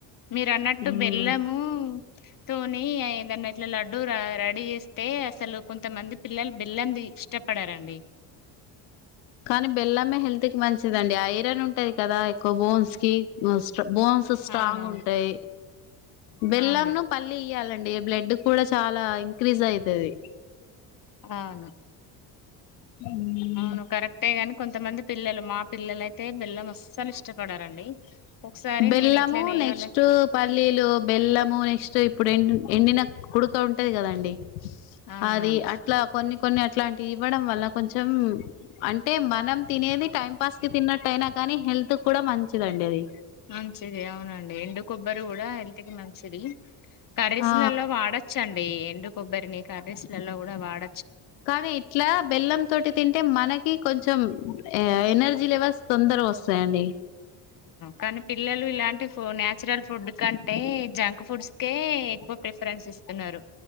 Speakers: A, on the left (about 40°); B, on the left (about 85°).
A: మీరు అన్నట్టు
B: ఉమ్
A: బెల్లము తోని ఏదన్నా ఇట్లా లడ్డూ రెడీ చేస్తే అసలు కొంతమంది పిల్లలు బెల్లం ఇష్టపడరండి
B: కానీ బెల్లమే హెల్త్ కి మంచిదండి ఐరన్ ఉంటది కదా ఎక్కువ బోన్స్ ఇ బోన్స్ స్ట్రాంగ్
A: అవునవును
B: ఉంటాయి బెల్లం
A: అవును
B: ను పల్లి ఇయ్యాలండి అండి బ్లడ్ కూడా చాలా ఇంక్రీజ్ అయితది
A: అవును
B: ఉమ్
A: అవును కరెక్టే గని కొంతమంది పిల్లలు మా పిల్లలయితే బెల్లం అసలు ఇష్టపడరండి ఒకసారి
B: బెల్లము
A: నేను ఇట్లనే
B: నెక్స్ట్
A: వాళ్ళ
B: పల్లీలు బెలము నెక్స్ట్ ఇప్పుడు ఎ ఎండిన కుడుక ఉంటది కదాండి
A: అవునవును
B: అది అట్లా కొన్ని కొన్ని అట్లాంటివి ఇవ్వడం వల్ల కొంచెం అంటే మనం తినేది టైం పాస్ కి తిన్నట్టయినా కానీ హెల్త్ కు కూడా మంచిదండి అది
A: మంచిది అవునండి ఎండు కొబ్బరు కూడా హెల్త్ కి మంచిది కర్రీస్
B: ఆ
A: లల్లో వాడొచ్చండి ఎండు కొబ్బరిని కర్రీస్ లల్లో కూడా వాడ
B: కానీ ఇట్లా బెల్లం తోటి తింటే మన కి కొంచెం ఎ ఎనర్జీ లెవెల్స్ తొందరగొస్సాయండి
A: కానీ పిల్లలు ఇలాంటి ఫోన్ నేచురల్ ఫుడ్ కంటే, జంక్ ఫుడ్ కె ఎక్కువ ప్రిఫరెన్స్ ఇస్తున్నారు.